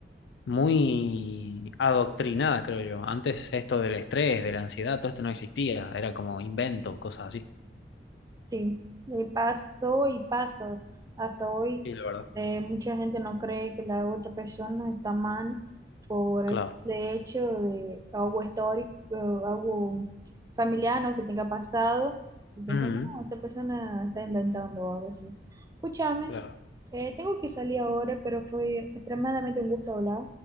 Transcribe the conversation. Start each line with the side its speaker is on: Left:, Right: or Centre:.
Left: muy adoctrinada, creo yo. Antes esto del estrés, de la ansiedad, todo esto no existía, era como invento, cosas así.
Right: Sí, y pasó y pasa hasta hoy.
Left: Sí, la verdad.
Right: Eh, mucha gente no cree que la otra persona está mal por
Left: Claro.
Right: el simple hecho de algo histórico, eh, algo familiar, ¿no? que tenga pasado. Y piensan,
Left: Mm,
Right: no, esta persona está inventando o algo así. Escúchame,
Left: claro.
Right: eh, tengo que salir ahora, pero fue extremadamente un gusto hablar